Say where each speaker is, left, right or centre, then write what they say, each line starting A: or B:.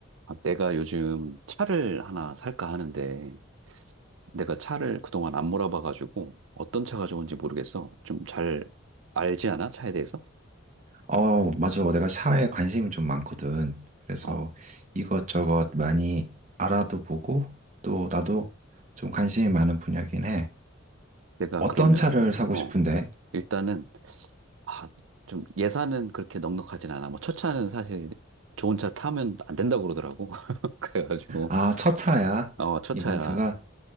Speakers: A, on the right; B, on the right.
A: 아, 내가 요즘 차를 하나 살까 하는데, 내가 차를 그동안 안 몰아봐가지고, 어떤 차가 좋은지 모르겠어. 좀 잘 알지 않아? 차에 대해서?
B: 어, 맞아. 내가 샤에 관심이 좀 많거든. 그래서
A: 아,
B: 이것저것 많이 알아도 보고 또 나도 좀 관심이 많은 분야긴 해.
A: 내가
B: 어떤
A: 그러면,
B: 차를 사고
A: 어,
B: 싶은데?
A: 일단은, 아, 좀 예산은 그렇게 넉넉하진 않아. 뭐, 첫 차는 사실 좋은 차 타면 안 된다고 그러더라고. <laughs> 그래가지고,
B: 아, 첫 차야.
A: 어, 첫
B: 이번
A: 차야.
B: 차가.